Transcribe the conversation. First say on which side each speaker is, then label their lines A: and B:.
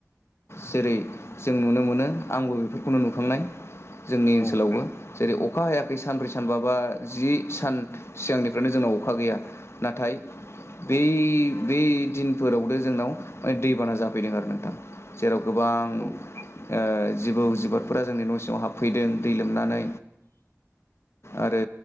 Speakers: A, on the left; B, on the left.
A: जेरै जों नुनो मोनो आंबो बेफोरखौनो नुखांनाय जोंनि ओनसोलावबो
B: औ
A: जेरै अखा हायाखै सानब्रै सानबाबा जि सान सिगांनिफ्रायनो जोंनाव अखा गैया नाथाय
B: औ
A: <inaudible> बे बे दिनफोराव जोंनाव दैबाना जाफैदों आरो नोंथां जेराव गोबां
B: औ
A: ओ जिबौ जिबारफोरा जोंनि न' सिङाव हाबफैदों दै लोमनानै आरो